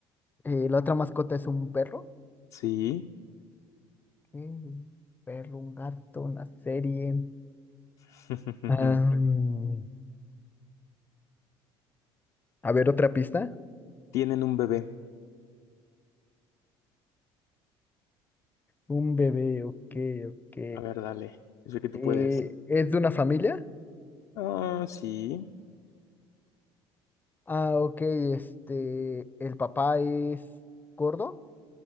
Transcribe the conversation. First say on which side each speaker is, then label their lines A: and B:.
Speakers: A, on the left (about 15°); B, on the left (about 70°).
A: Eh, la otra mascota es un perro.
B: Sí.
A: Mm, Ver un gato, una serie,
B: <laughs>
A: Am, a ver, otra pista.
B: Tienen un bebé.
A: un bebé, ok, ok.
B: A ver, dale. Yo sé que tú
A: Eh,
B: puedes.
A: ¿Es de una familia?
B: Ah, sí.
A: ah, ok, este, el papá es gordo,